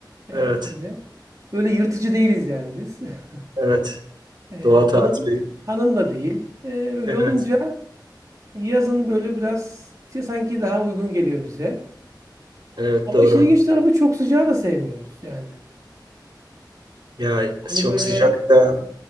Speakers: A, on the right; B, on the right.
A: Yani
B: evet,
A: öyle. Öyle yırtıcı değiliz yani biz. <laughs>
B: evet.
A: E,
B: Doğa tatili.
A: hanım hanım da değil. E, öyle
B: Evet,
A: olunca yazın böyle biraz sanki daha uygun geliyor bize.
B: evet
A: Ama
B: doğru.
A: işin ilginç tarafı çok sıcağı da sevmiyoruz yani.
B: Ya
A: Hani
B: çok
A: böyle
B: sıcak da.